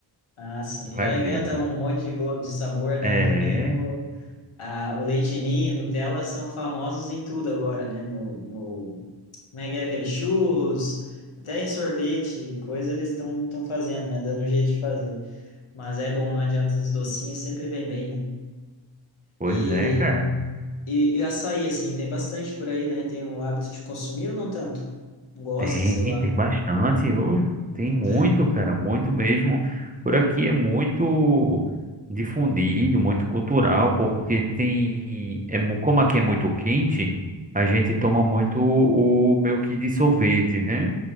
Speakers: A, on the left (about 80°); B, on the right (about 15°).
A: Ah, sim.
B: varia.
A: Já inventam um monte de, go- de sabor, né?
B: É,
A: Que nem o, a, o leite ninho, Nutella são famosos em tudo agora, né? No, no- como é que é aquele churros, até em sorvete, coisa eles estão estão fazendo, né? Dando um jeito de fazer. Mas é bom, não adianta, os docinhos sempre vem bem, né?
B: pois
A: E,
B: é, cara.
A: e, e açaí, assim, tem bastante por aí, né? Tem o hábito de consumir ou não tanto? Gosta,
B: Tem,
A: sei lá.
B: tem bastante. Ô, Tem muito,
A: Uhum.
B: cara, muito mesmo. Por aqui é muito difundido, muito cultural, porque tem, é, mu- como aqui é muito quente, a gente toma muito o meio que de sorvete, né?